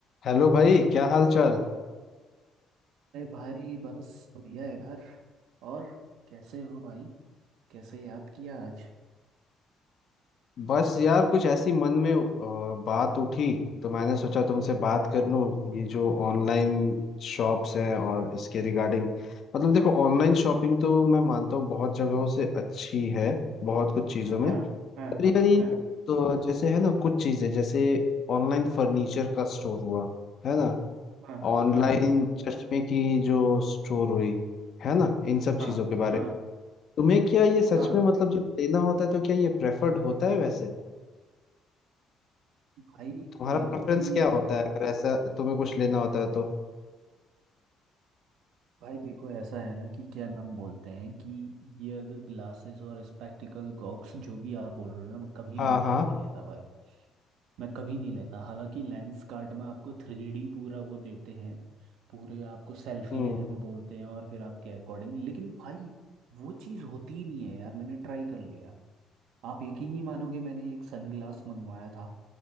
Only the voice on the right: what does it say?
अरे भाई बस बढ़िया है यार और कैसे हो भाई कैसे याद किया आज
हाँ
हाँ
हाँ
हाँ
हाँ
हाँ
हाँ
हाँ
भाई
देखो
कि
भाई देखो ऐसा है ना कि क्या नाम बोलते हैं कि ये अगर ग्लासेस और स्पेक्टिकल गॉक्स जो भी आप बोल रहे हो ना मैं कभी
ऑनलाइन
नहीं लेता भाई मैं कभी नहीं लेता हालांकि लेंस कार्ट में आपको थ्री डी पूरा वो देते हैं पूरे आपको सेल्फी
लेने को बोलते हैं और फिर आपके अकॉर्डिंग लेकिन भाई वो चीज़ होती ही नहीं है यार मैंने ट्राई कर लिया आप यकीन नहीं मानोगे मैंने एक सनग्लास मंगवाया था